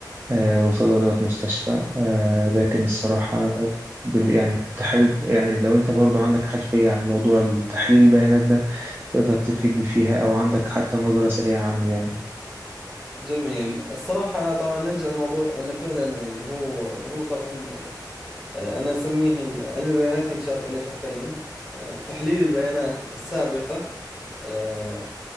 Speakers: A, on the right; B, in the centre.
A: آه، وصيدلية مستشفى آه، لكن الصراحة بن- يعني كنت حابب يعني لو أنت برضو عندك خلفية عن موضوع تحليل البيانات ده تقدر تفيدني فيها أو عندك حتى نظرة سريعة عنه يعني
B: جميل الصراحة طبعا نرجع للموضوع أنه فعلا يعني هو هو طبعا آه، أنا أسميه ال- علم البيانات ينشق إلى شقين آه، تحليل البيانات السابقة آه،